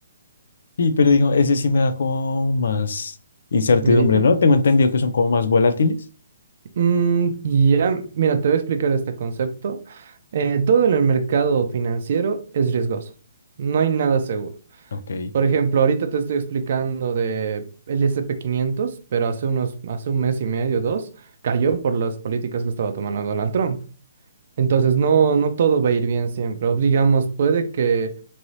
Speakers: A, on the left (about 65°); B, on the right (about 50°).
A: Sí, pero digo, ese sí me da como más incertidumbre,
B: medita.
A: ¿no? Tengo entendido que son como más volátiles.
B: Mm, ya, mira, te voy a explicar este concepto. Eh, todo en el mercado financiero es riesgoso. No hay nada seguro.
A: Ok.
B: Por ejemplo, ahorita te estoy explicando de el S&P quinientos, pero hace unos, hace un mes y medio, dos, cayó por las políticas que estaba tomando Donald Trump. Entonces, no, no todo va a ir bien siempre. O digamos, puede que